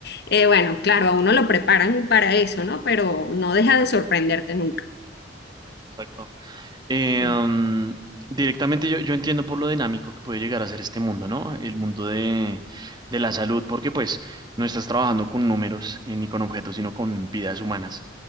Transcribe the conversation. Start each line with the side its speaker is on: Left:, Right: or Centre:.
Left: eh, bueno, claro, a uno lo preparan para eso, ¿no? Pero no deja de sorprenderte nunca.
Right: exacto. Eh,
Left: Sí,
Right: mm, directamente yo, yo entiendo por lo dinámico que puede llegar a ser este mundo, ¿no? El mundo de, de la salud, porque pues no estás trabajando con números eh, ni con objetos, sino con vidas humanas.